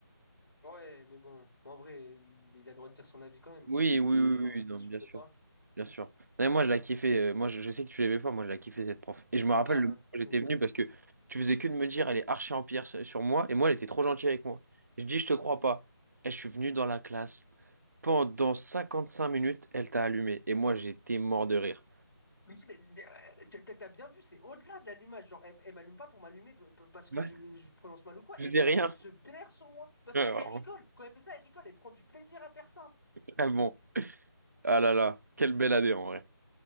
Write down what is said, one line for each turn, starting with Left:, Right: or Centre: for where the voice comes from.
Left: Ouais, mais bon, en vrai, il, il a le droit de dire son avis quand même.
Right: Oui,
Left: Il
Right: oui,
Left: est- euh,
Right: oui,
Left: du
Right: oui,
Left: moment
Right: oui,
Left: où
Right: non,
Left: il n'insulte
Right: bien sûr.
Left: pas.
Right: Bien sûr. Non, mais moi, je la kiffais. euh, Moi, je, je sais que tu l'aimais pas. Moi, je la kiffais, cette prof. Et je me rappelle
Left: Ah,
Right: le moment où j'étais
Left: euh,
Right: venu parce que tu faisais que de me dire, elle est archi en pierre sur sur moi. Et moi, elle était trop gentille avec moi. Je dis, je te crois pas. Et je suis venu dans la classe. Pendant 55 minutes, elle t'a allumé. Et moi, j'étais mort de rire.
Left: mais t'as t'as- t'as- t'as bien vu, c'est au-delà de l'allumage. Genre, elle, elle m'allume pas pour m'allumer p- p- parce que
Right: Ouais.
Left: j'ai- je prononce mal ou quoi.
Right: Je
Left: Elle
Right: faisais
Left: veut
Right: rien.
Left: juste se baire sur moi. Parce
Right: Ouais,
Left: qu'elle
Right: vraiment.
Left: elle rigole. Quand elle fait ça, elle rigole. Elle prend du plaisir à faire ça.
Right: Ah bon. Ah là là. Quelle belle année, en vrai.